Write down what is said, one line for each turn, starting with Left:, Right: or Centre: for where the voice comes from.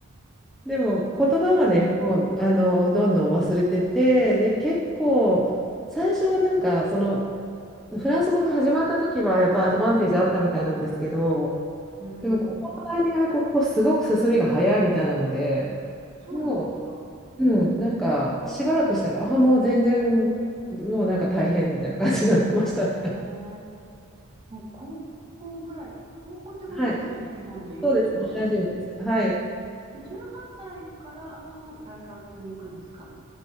Centre: でも言葉はね、
Right: え、
Centre: もうあのどんどん忘れてて、で結構最初はなんかそのフランス語が始まった時はやっぱアドバンテージあったみたいなんですけど、
Right: うん、
Centre: でもここの第二外国語すごく進みが早いみたいなので、
Right: そうなんですか。
Centre: もううん、なんかしばらくしたら、ああ、もう全然、もうなんか大変みたいな感じになってましたね。
Right: へえ。もう高校ぐらい、高校ってことですよね、
Centre: <laughs> はい、
Right: 日本でいうところの。
Centre: そうです、同じです。はい。
Right: で、18歳からあと大学に行くんですか